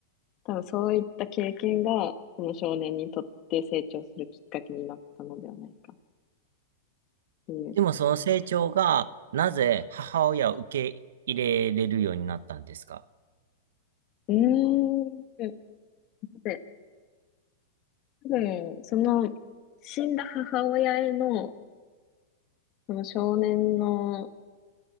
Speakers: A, on the left (about 40°); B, on the right (about 75°).
A: 多分そういった経験が、この少年にとって成長するきっかけになったのではないかっていう。
B: でもその成長が、なぜ母親を受け入れれるようになったんですか
A: うーん。で、多分、その、死んだ母親への、その少年の、